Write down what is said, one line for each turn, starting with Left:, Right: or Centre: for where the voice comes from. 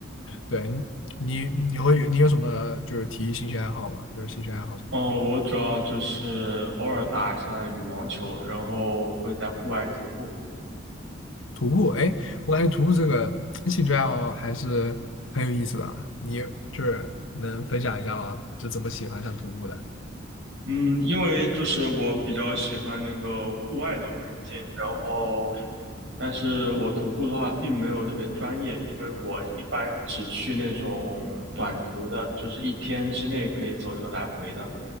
Left: 对，你你会有你有什么就是体育兴趣爱好吗？就是兴趣爱好什么的？
Right: 哦，我主要就是偶尔打一下羽毛球，然后会在户外徒步。
Left: 徒步，哎，我感觉徒步这个兴趣爱好还是很有意思的啊，你就是能分享一下吗？就怎么喜欢上徒步的？
Right: 嗯，因为就是我比较喜欢那个户外的环境，然后，但是我徒步的话并没有特别专业，因为我一般只去那种短途的，就是一天之内可以走一个来回的，